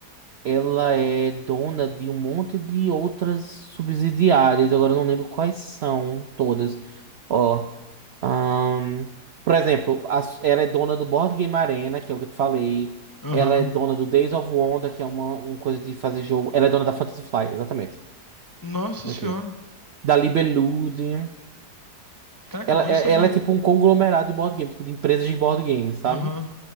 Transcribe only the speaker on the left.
aham.
Nossa senhora.
Caraca,
eu não
sabia.
Aham.